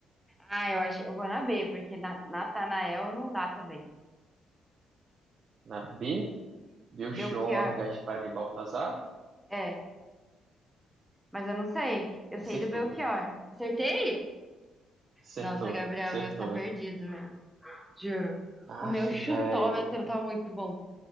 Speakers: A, in the centre; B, on the right (about 50°).
A: Ah, eu acho, eu vou na B, porque na, Natanael não dá também.
B: Na B, Belchior,
A: Belchior,
B: Gaspar e Baltazar.
A: é, mas eu não sei. Eu sei
B: Acertou,
A: do Belchior. Acertei?
B: acertou,
A: Nossa, Gabriel,
B: acertou.
A: o meu está perdido, meu. Juro. O
B: Aff,
A: meu chutômetro
B: velho.
A: tá muito bom.